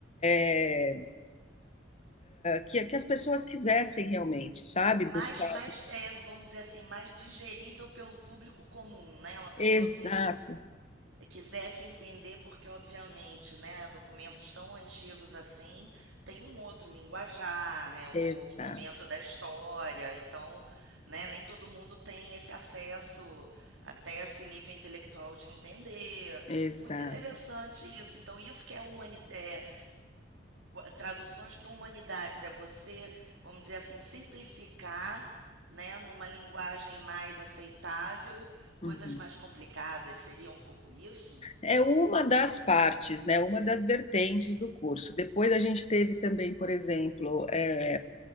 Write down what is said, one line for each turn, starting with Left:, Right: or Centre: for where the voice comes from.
Left: é, que, que as pessoas quisessem realmente, sabe?
Right: mais,
Left: Buscar.
Right: mais é, vamos dizer assim, mais digerível pelo público comum, né? Uma pessoa
Left: Exato,
Right: que quisesse entender, porque obviamente, né, documentos tão antigos assim tem um outro linguajar, é um
Left: exato,
Right: outro momento da história, então, né, nem todo mundo tem esse acesso até esse nível intelectual de entender.
Left: exato.
Right: Muito interessante isso. Então, isso que é, humanidade, é traduções para humanidades, é você, vamos dizer assim, simplificar né, numa linguagem mais aceitável, coisas
Left: Uhum.
Right: mais complicadas, seria um pouco isso?
Left: É uma das partes, né? Uma das vertentes do curso. Depois a gente teve também, por exemplo, é,